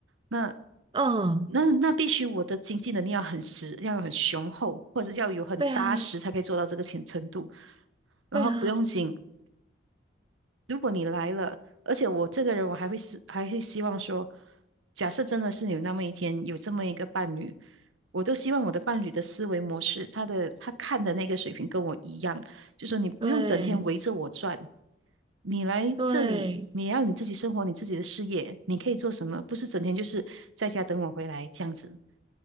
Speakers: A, on the right; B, on the right.
A: 那
B: 嗯，
A: 那那必须我的经济能力要很实，要很雄厚，或者要有很扎实才可以做到这个程程度。
B: 对啊，
A: 然后不用紧，
B: 对啊，
A: 如果你来了，而且我这个人，我还会是还会希望说，假设真的是有那么一天有这么一个伴侣，我都希望我的伴侣的思维模式，他的他看的那个水平跟我一样，就说你不用整天围着我转，
B: 对
A: 你来这里，
B: 对。
A: 你要你自己生活，你自己的事业，你可以做什么，不是整天就是在家等我回来这样子。